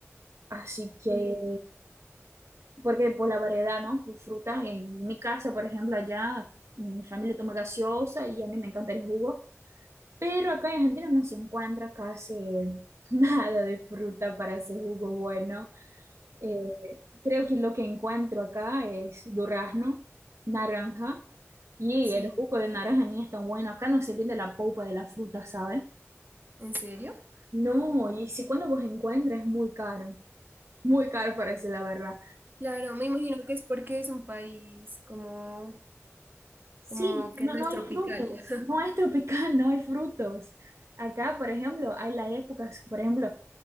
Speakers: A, on the right; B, on the right.
A: así que
B: Sí,
A: porque pues la variedad, ¿no? De fruta. En mi casa, por ejemplo, allá mi familia toma gaseosa y a mí me encanta el jugo, pero acá en Argentina no se encuentra casi <laughs> nada de fruta para ese jugo bueno. Eh, creo que lo que encuentro acá es durazno, naranja, y
B: sí.
A: el jugo de naranja ni es tan bueno. Acá no se entiende la polpa de la fruta, ¿sabes?
B: ¿En serio?
A: No, y si cuando vos encuentras es muy caro, muy caro parece la verdad.
B: Claro, me imagino que es porque es un país como,
A: Sí,
B: como que
A: no,
B: no
A: no
B: es
A: hay
B: tropical.
A: frutos,
B: <laughs>
A: no es tropical, <laughs> no hay frutos. Acá, por ejemplo, hay las épocas, por ejemplo,